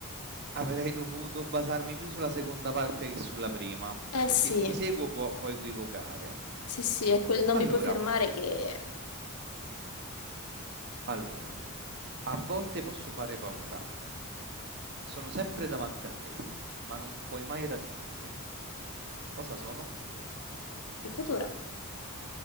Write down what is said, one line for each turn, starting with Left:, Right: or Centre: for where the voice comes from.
Right: Avrei dovuto basarmi più sulla seconda parte che sulla prima,
Left: Eh
Right: perché
Left: sì,
Right: il ti seguo può, può equivocare.
Left: sì, sì, è quel non
Right: Allora,
Left: mi puoi fermare che è
Right: allora, a volte posso fare paura. Sono sempre davanti a te, ma non puoi mai raggiungermi. Cosa sono?
Left: futura.